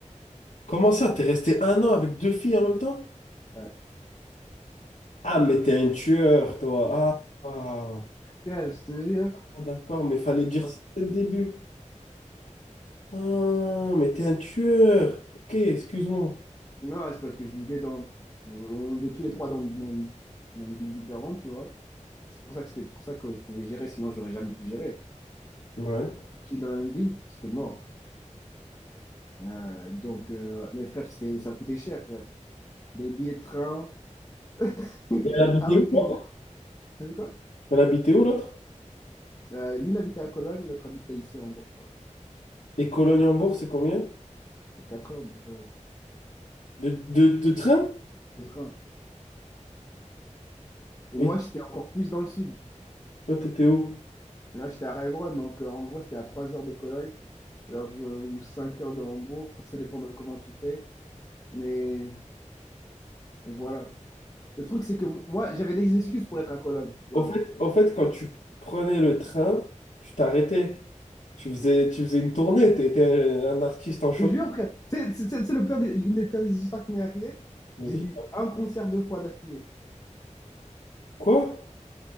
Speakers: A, on the left (about 80°); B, on the left (about 25°).
A: Comment ça? T'es resté un an avec deux filles en même temps?
B: Ouais.
A: Ah, mais t'es un tueur, toi. Ah, ah.
B: Ouais, je te jure.
A: Ah, d'accord, mais fallait
B: C'est
A: dire
B: pas-
A: ça dès le début. Ah, mais t'es un tueur. Ok, excuse-moi.
B: Non, c'est parce que je vivais dans. On on vivait tous les trois dans, dans, dans des villes différentes, tu vois. C'est pour ça que c'était pour ça que je pouvais gérer, sinon j'aurais jamais pu gérer.
A: Ouais.
B: J'étais dans la même ville, c'était mort. Euh, donc, euh, mes frères, c'était, ça coûtait cher. frère. Les billets de train, <laughs>
A: Et Elle habitait
B: un week-end.
A: où, l'autre?
B: T'as dit quoi?
A: Elle habitait où, l'autre?
B: Euh, l'une habitait à Cologne, l'autre habitait ici en Bourgogne.
A: Et Cologne-Hambourg, c'est combien?
B: C'est 4 heures de différence
A: De, de, de train?
B: de train. Et
A: Et
B: moi, j'étais encore plus dans le sud.
A: toi, t'étais où?
B: Là, j'étais à Heilbronn, donc euh, en gros, c'était à 3 heures de Cologne alors, euh, ou 5 heures de Hambourg. Enfin, ça dépend de comment tu fais. Mais voilà. Le truc, c'est que moi, j'avais des excuses pour être à Cologne. Ouais.
A: Au fait, au fait, quand tu prenais le train, tu t'arrêtais. Tu faisais, tu faisais une tournée. Tu étais un artiste en choc.
B: Je te jure, frère. C'est c'est- c'est- c'est le pire des- l'une des pires des histoires qui m'est arrivée.
A: Vas-y.
B: J'ai vu un concert deux fois d'affilée.
A: Quoi?